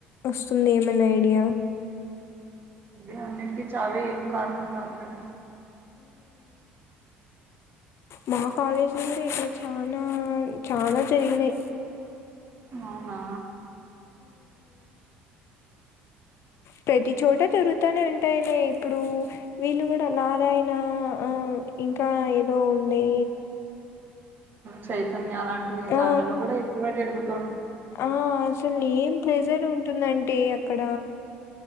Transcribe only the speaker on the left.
వస్తుంది ఏమన్నా ఐడియా
మా కాలేజీ నుం ఇట్లా చనా చానా జరిగినాయి
ప్రతి చోట తిరుగుతూనే ఉంటాయి లో ఇప్పుడు వీళ్ళు కూడా నారాయణ ఆ ఇంకా ఏదో ఉంది
ఆ
ఆ అసలు ఏం ప్లేజలు ఉంటుందంటే అక్కడ